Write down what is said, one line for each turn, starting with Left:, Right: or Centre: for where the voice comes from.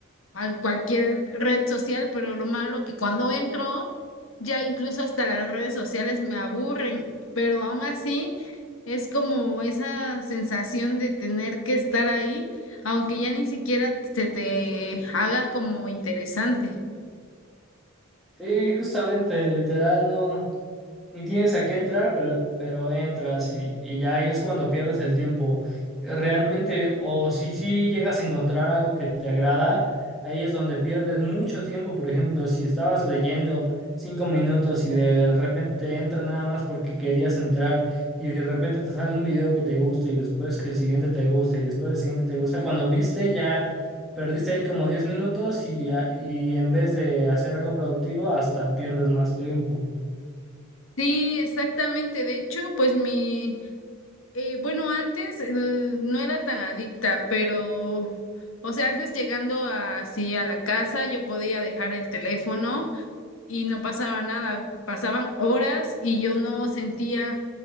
Left: al cualquier red social, pero lo malo que cuando entro ya incluso hasta las redes sociales me aburren, pero aún así es como esa sensación de tener que estar ahí, aunque ya ni siquiera se te haga como interesante.
Centre: Sí, justamente, literal, no. ni tienes a qué entrar, pero, pero entras y, y ya ahí es cuando pierdes el tiempo. Realmente, o si sí llegas a encontrar algo que te agrada, ahí es donde pierdes mucho tiempo. Por ejemplo, si estabas leyendo cinco minutos y de repente entra nada más porque querías entrar y de repente te sale un video que te gusta y después el siguiente te gusta y después el siguiente te gusta, cuando viste ya... Perdiste ahí como 10 minutos y, a y en vez de hacer algo productivo, hasta pierdes más tiempo.
Left: Sí, exactamente. De hecho, pues mi, eh, bueno, antes eh, no era tan adicta, pero, o sea, antes llegando así a la casa, yo podía dejar el teléfono y no pasaba nada, pasaban horas y yo no sentía